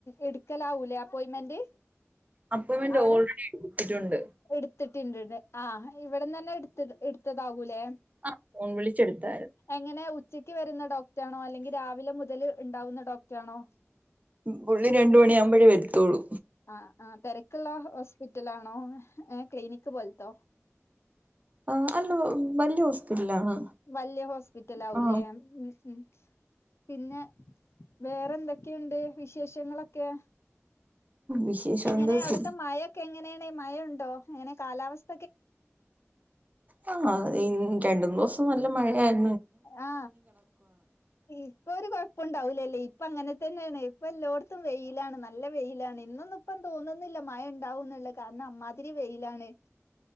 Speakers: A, on the left (about 60°); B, on the right (about 30°).
A: ഇട്ക്കലാവുലെ അപ്പോയിമെന്റ്.
B: അപ്പോയിൻമെന്റ്
A: അവിടെ
B: ഓൾറെഡി എടുത്തിട്ടുണ്ട്
A: എടുത്തിട്ട്ണ്ട് ലെ ആ ഇവിടന്ന്ന്നെ ഇട്ത് ഇടത്തതാവുലെ
B: അ ഫോൺ വിളിച്ചെടുത്ത
A: എങ്ങനെ ഉച്ചക്ക് വരുന്ന ഡോക്റ്റാണോ അല്ലെങ്കി രാവിലെ മുതല് ഇണ്ടാവുന്ന ഡോക്റ്റാണോ
B: പുള്ളി രണ്ട് മണിയാവുമ്പഴേ വരത്തുള്ളൂ.
A: ആ ആ തിരക്കുള്ള ഹോസ്പിറ്റലാണോ ഏ ക്ലിനിക് പോൽത്തോ
B: ആ അല്ല വല്യ ഹോസ്പിറ്റലാണ്
A: വല്യ ഹോസ്പിറ്റലാവുലെ
B: ആ
A: ഉ ഉ പിന്നെ വേറെ എന്തൊക്കെയുണ്ട് വിശേഷങ്ങളൊക്കെ
B: വിശേഷം
A: എങ്ങനെ
B: എന്താ
A: അവിടത്തെ
B: ഫുഡ്
A: മയക്കെ എങ്ങനേണ് മയണ്ടോ എങ്ങനെ കാലാവസ്
B: ആ രണ്ട്ന്നോസം നല്ല മഴയായി
A: ആ ഇപ്പൊ ഒരു കൊ പ്പഉണ്ടാവലല്ലേ ഇപ്പ അങ്ങനെ തന്നെയാണ് ഇപ്പ എല്ലോട്ത്തും വെയിലാണ് നല്ല വെയിലാണ് ഇന്നൊന്നും ഇപ്പം തോന്നുന്നി ല്ല മഴ ഇണ്ടാവുന്നുള്ള കാരണം അമ്മാതിരി വെയിലാണ്.